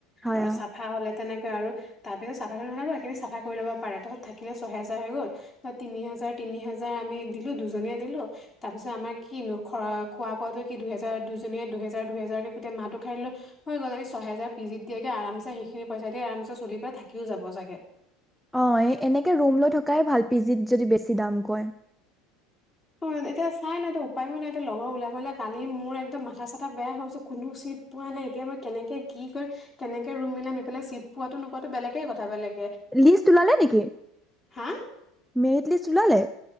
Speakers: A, in the centre; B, on the left.
A: হয়
B: আৰু
A: অ
B: চাফা হ'লে তেনেকে, তাকে আৰু তাৰ পিছত চাফা কৰিব লাগিব, সেইখিনি চাফা কৰি ল'ব পাৰে, তাৰপিছত থাকিলে ছয়হাজাৰ হৈ গ'ল ত', তিনি হাজাৰ- -তিনি হাজাৰ আমি দিলো দুজনীয়ে দিলো, তাৰপিছত আমাৰ কিনো খৰ, খোৱা-বোৱাতো কি দুহেজাৰ দুইজনীয়ে দুহেজাৰ -দুহেজাৰকে গোটেই মাহটো খাই দিলো, হৈ গ'ল আমি ছয়হেজাৰ পিজিত দিয়াতকে আৰামচে সেইখিনি পইচা দি আৰামচে চলি পেলাই থাকিও যাব চাগে।
A: অ', এই এনেকে ৰুম লৈ থকাই ভাল, পিজিত যদি বেছি দাম কয়।
B: অ ', এতিয়া চাই নাই এয়া উপায়ো নাই এতিয়া লগৰ ওলাবলে কালি মোৰ একদম মাথা- -চাথা বেয়া হৈ গৈছে, কোনটো চিট পোৱা নাই এতিয়া মই কেনেকে কি কৰিম কেনেকে ৰুম মিলাম এইফালে চিট পোৱাতো- নোপোৱাতো বেলেগে কথা বেলেগ,
A: লিষ্ট ওলালে নেকি?
B: হা
A: মেৰিত লিষ্ট ওলালে?